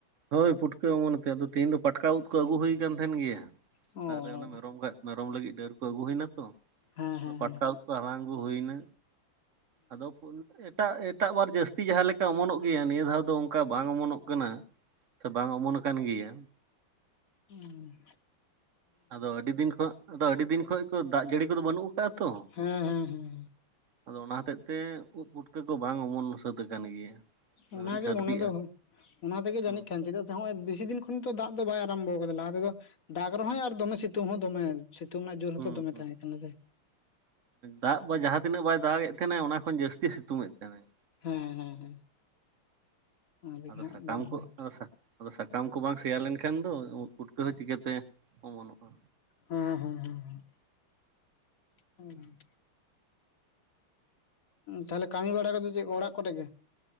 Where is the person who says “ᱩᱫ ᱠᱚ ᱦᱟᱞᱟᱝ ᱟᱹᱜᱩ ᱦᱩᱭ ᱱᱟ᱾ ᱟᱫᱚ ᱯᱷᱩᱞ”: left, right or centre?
Right